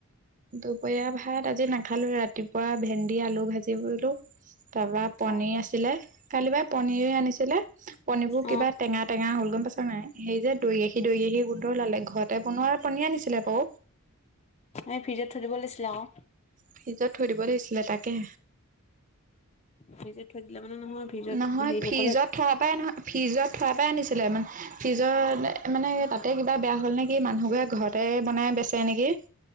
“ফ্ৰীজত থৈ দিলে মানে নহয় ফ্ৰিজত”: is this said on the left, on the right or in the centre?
Left